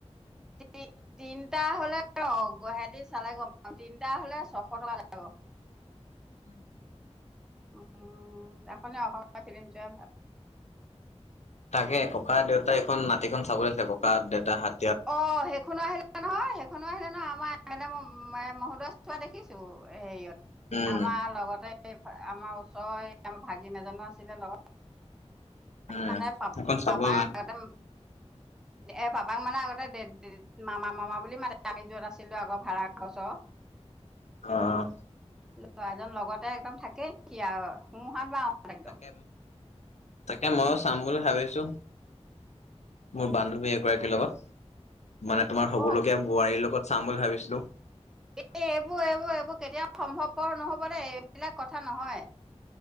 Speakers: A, in the centre; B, on the left (about 75°).
A: নি তিনটা হলে ৰ গুৱাহাটী চালে গম পাবি তিনটা হ'লে ছশ টকা লাগিব
B: <inaudible>
A: উম তখ অসমীয়া ফিলি্ম চোৱাই ভাল <unintelligible>
B: তাকে ককা দেউতা এখন নাতিখন চাব লাগিছিলে ককা দেউতা হাত
A: অ সেইখনো আহিলে নহয় স খনো আহিলে নহয় আমাৰ এ মহোদয় চোৱা দেখিছোঁ হেৰিয়ত
B: উম
A: আমাৰ লগতে এই আমাৰ ওচৰৰ আমৰ ভাগিন এজনো আছিলে লগত
B: উম
A: মানে পাপ
B: এখন চাব
A: পাপাক
B: যায়
A: আগতে এ পাপাক মানে আগতে মামা মামা বুলি মাতে আমি যত আছিলোঁ আগৰ ভাড়া ঘৰ ওচৰৰ
B: অহ অহ
A: লৰাজন লগতে একদম থাকেই নেকি আৰু সোহাত বাওঁ হাত একদম
B: তাকে তাকে ময়ও চাম বুলি ভাবিছোঁ মোৰ বান্ধু এগৰাকীৰ লগত মানে তোমাৰ হ'বলগীয়া
A: অ
B: বোৱাৰীৰ লগত চাম বুলি ভাবিছিলোঁ
A: এ এইবোৰ এইবোৰ এইবোৰ কেতিয়াও সম্ভৱপৰ নহবদেই এইবিলাক কথা নহয়